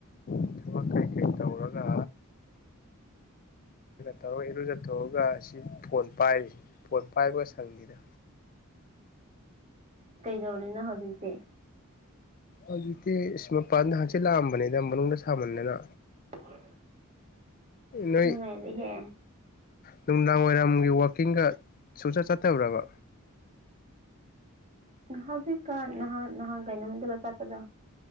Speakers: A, on the left; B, on the right.
A: ꯊꯕꯛ ꯀꯩꯀꯩ ꯇꯧꯔꯒ ꯇꯧꯔꯨ ꯏꯔꯨ ꯆꯠꯊꯣꯛꯑꯒ ꯑꯁꯤ ꯐꯣꯟ ꯄꯥꯏꯔꯤꯁꯤ ꯐꯣꯟ ꯄꯥꯏꯕ ꯁꯪꯅꯤꯗ
B: ꯀꯩꯗꯧꯔꯤꯅꯣ ꯍꯧꯖꯤꯛꯇꯤ
A: ꯑꯗꯨꯗꯤ ꯃꯄꯥꯟꯗ ꯍꯥꯟꯆꯦ ꯂꯥꯛꯑꯝꯕꯅꯤꯅ ꯃꯅꯨꯡꯗ ꯁꯥꯃꯟꯅꯤꯅ
B: <inaudible>
A: ꯅꯣꯏ
B: ꯅꯨꯡꯉꯥꯏꯔꯤꯍꯦ
A: ꯅꯨꯡꯗꯥꯡ ꯋꯥꯏꯔꯝꯒꯤ ꯋꯥ ꯀꯀꯤꯡꯒ ꯁꯨꯆꯠ ꯆꯠꯇꯧꯔꯕ
B: ꯍꯧꯖꯤꯛꯀꯥꯟ ꯅꯍꯥꯟ ꯅꯍꯥꯟꯒꯥꯏ ꯅꯨꯃꯤꯗꯨꯔ ꯆꯠꯄꯗ